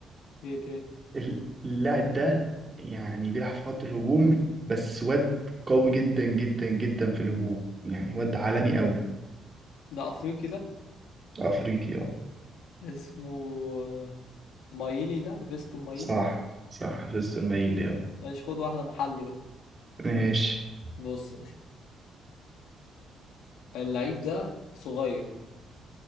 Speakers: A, on the left (about 80°); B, on the right (about 25°).
A: ايه تاني
B: ال- اللاعب ده يعني بيلعب في خط الهجوم بس واد قوي جدا جدا جدا في الهجوم يعني واد عالمي قوي
A: ده افريقي ده
B: افريقي اه
A: اسمه آه، مايلي ده فيستون مايلي
B: صح صح لسه المايل ليه آه.
A: ماشي خد واحدة محلي بقى
B: ماشي
A: بص يا أخي. اللعيب ده صغير